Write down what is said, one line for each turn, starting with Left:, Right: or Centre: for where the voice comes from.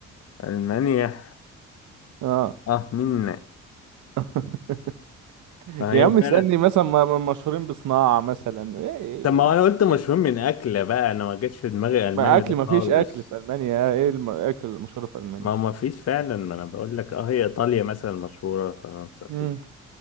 Left: ألمانيا
Right: اه
Left: آه مين
Right: <laughs>
Left: ما
Right: يا
Left: هي
Right: عم
Left: فعلا
Right: اسألني مثلا م- م- مشهورين بصناعة مثلا إيه.
Left: طب ما أنا قلت مشهور
Right: إيه.
Left: من أكلة بقى أنا ما جاتش في دماغي ألمانيا
Right: ما اكل
Left: ده
Right: ما
Left: خالص
Right: فيش اكل في المانيا ايه الم- الاكل المشهور في المانيا
Left: ما ما فيش فعلا ما انا بقول لك اه هي ايطاليا مثلا مشهورة فرنسا كده
Right: امم